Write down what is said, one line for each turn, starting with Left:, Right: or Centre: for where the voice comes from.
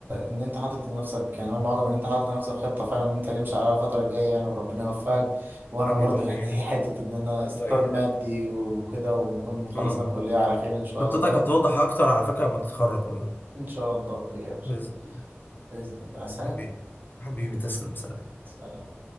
Right: ان انت حاطط لنفسك يعني انا معجب ان انت حاطط لنفسك خطة فعلا ان انت تمشي عليها الفترة الجاية يعني وربنا يوفقك
Left: م.
Right: وانا
Left: حبيبي
Right: برضو
Left: وإياك
Right: يعني <laughs> حتة ان انا استقرار
Left: وإياك
Right: مادي وكده ونكون خلصنا
Left: م-
Right: الكلية
Left: م.
Right: على خير ان شاء
Left: خطتك
Right: الله
Left: هتوضح أكتر على فكرة لما تتخرج والله
Right: ان شاء الله بخير
Left: بإذن الله
Right: بإذن الله سلام
Left: حبيبي حبيبي تسلم سلام
Right: سلام